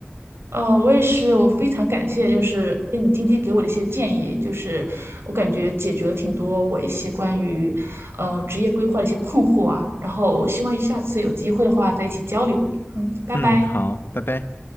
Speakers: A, on the right (about 70°); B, on the left (about 60°).
A: 呃，我也是，我非常感谢，就是哎，诶你今天给我的一些建议，就是我感觉解决了挺多我一些关于，呃，职业规划的一些困惑啊。然后我希望下次有机会的话再一起交流。嗯，拜拜。
B: 嗯，好，拜拜。